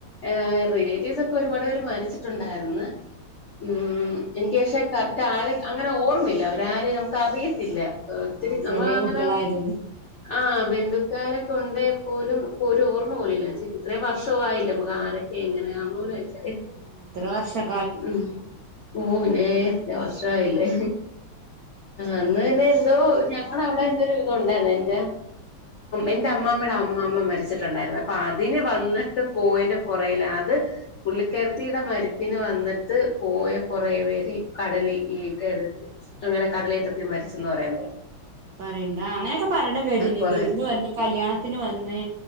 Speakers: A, on the left; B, on the right.
A: എ റിലേറ്റീവ്സൊക്കെ ഒരുപാട് പേര് മരിച്ചിട്ടുണ്ടായിരുന്നു ഉം എനിക്ക് പക്ഷെ കറക്റ്റ് ആര് അങ്ങനെ ഓർമ്മയില്ല അവരാര് നമുക്ക് അറിയത്തില്ല ഒത്തിരി
B: ആഹ്
A: നമ്മൾ
B: ചെറിയ
A: അങ്ങനെ
B: കുട്ടികളായതുകൊണ്ട്
A: ആ ബന്ധു ക്കാരൊക്കെ ഉണ്ടേ പോലും ഒരു ഓർമ്മ പോലുമില്ല പച്ചേ ഇത്രയും വർഷവും ആയില്ലേ നമുക്ക് ആരൊക്കെ എങ്ങനെയാ പോലും എനിക്കറിയ
B: ആ എത്ര വർഷം
A: ഉം ഓ പി ഇത്രേം വർഷായില്ലേ അന്ന്ന്നെ എന്തോ ഞങ്ങവിടെ എന്തോ വിധം ഉണ്ടായിരുന്നു എന്റെ എന്റെ അമ്മാമ്മയുടെ അമ്മാമ്മ മരിച്ചിട്ടുണ്ടായിരുന്നു അപ്പൊ അതിന് വന്നിട്ട് പോയിന്റെ പുറേൽ അത് പുള്ളിക്കാരത്തിയുടെ മരിപ്പി ഇ വന്നിട്ട് പോയ കൊറേ പേര് കടൽ ഈ കെഴ് അങ്ങനെ കടലേറ്റത്തി മരിച്ചന്ന് പറയുന്നകേട്ട്
B: പറയണ്ട അങ്ങനെയൊക്കെ പറയണ്ട കേട്ടീന്
A: കൊറേര്
B: വിരുന്ന് വന്ന് കല്യാണത്തിന് വന്ന്